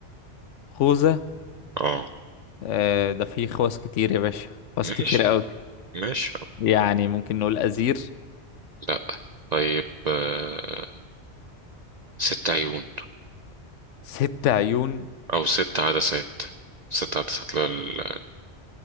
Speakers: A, on the left; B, on the right.
A: خوذة
B: اه
A: أه... ده فيه خواص كتير يا باشا خواص
B: ماشي
A: كتير قوي
B: ماشي
A: يعني ممكن نقول أزير
B: لا طيب آه، ست عيون
A: ست عيون
B: أو ست عدسات ست عدسات لل...